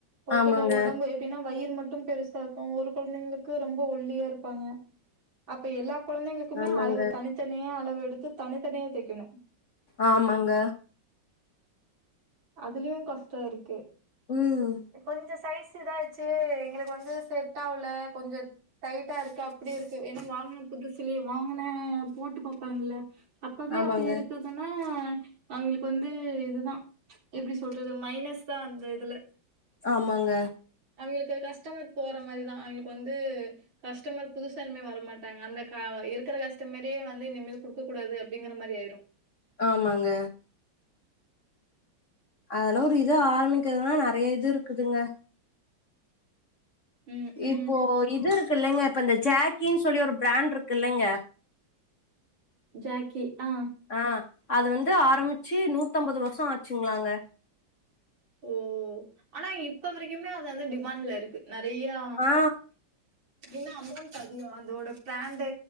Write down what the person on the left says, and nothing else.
ஆமாங்க
ஆமாங்க
ஆமாங்க
ம்
ஆமாங்க
ஆமாங்க
ஆமாங்க அதெல்லா ஒரு இத ஆரம்பிக்கிறதுன்னா நெறையா இது இருக்குதுங்க
இப்போ இது இருக்கு இல்லைங்க இப்ப இந்த ஜாக்கின்னு சொல்லி ஒரு பிராண்ட் இருக்கு இல்லைங்க
ஆ அது வந்து ஆரம்பிச்சு நூத்தம்பது வருஷோ ஆச்சுங்களாங்க
ஆ